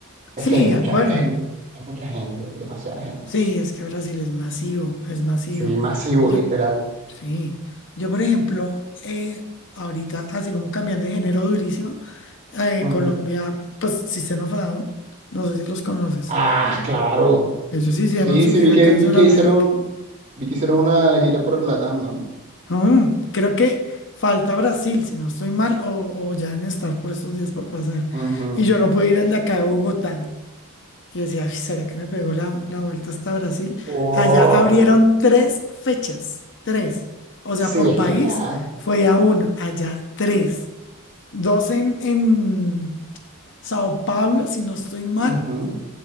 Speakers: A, on the right; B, on the left.
A: Es
B: Sí,
A: que hay mucha
B: de acuerdo.
A: gente, hay mucha gente, demasiada gente.
B: Sí, es que Brasil es masivo, es masivo.
A: Sí, masivo,
B: Yo,
A: literal.
B: Sí, yo por ejemplo, eh, ahorita así como cambiando de género durísimo, eh,
A: Ujú.
B: Colombia, pues System of a Down, no sé si los conoces,
A: Ah, claro.
B: ellos hicieron
A: Sí,
B: su
A: sí,
B: gira
A: vi que,
B: acá
A: vi
B: en Sudamérica.
A: que hicieron, vi que hicieron una gira por la TAM, ¿no?
B: Ah, creo que falta Brasil, si no estoy mal, o, o ya en estar por estos días por pasar.
A: Ujú.
B: Y yo no pude ir al de acá de Bogotá. Y decía, "Ay, ¿será que me pegó la, la vuelta hasta Brasil?
A: Oh,
B: Allá abrieron tres fechas, tres. O
A: sí,
B: sea, por
A: es
B: país
A: que acá.
B: fue a una, allá tres. dos en, en Sao Paulo, si no estoy mal,
A: Ujú,